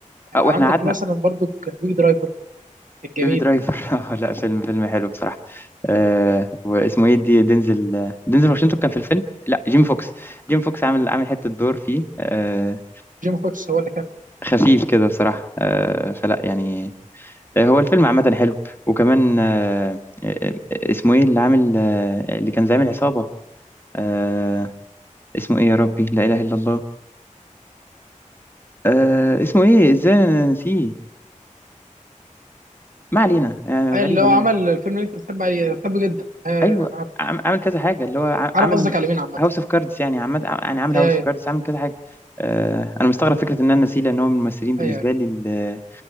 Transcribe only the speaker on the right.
آه،
عندك
مثلا برضو بيج درايفر كان جميل
جيم فوكس هو اللي كان
آه،
اللي هو عمل الفيلم اللي انت بتحب عليه بتحبه جدا آه
انا عارف
عارف
قصدك على مين عامه
آه،
ايوه
ايوه ايوه أي.